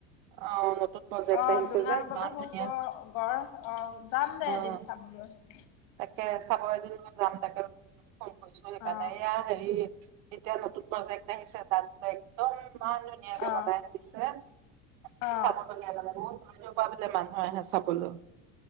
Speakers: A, on the right; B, on the left.
A: অ নতুন প্ৰজেক্ট
B: অ
A: আহিছে
B: 'জোঙাৰ
A: যে ইমান
B: গলে হো
A: ধুনীয়া
B: গ গড় অ যাম দে এদিন
A: অ
B: চাবলৈ। <unintelligible>
A: তাকে চাবএদিন যাম তাকে। কম কৈচো সেইকাৰণে,
B: অ
A: এয়া হেৰী।। যেতিয়া নতুন প্ৰজেক্ট আহিছে তাত একদম। ইমান ধুনীয়াকৈ
B: অ
A: বনাই আনিছে সঁচাকে
B: অ
A: চাব লগীয়া বহুত। বাহিৰৰ পৰা বোলে মানুহ আহে চাবলৈ ।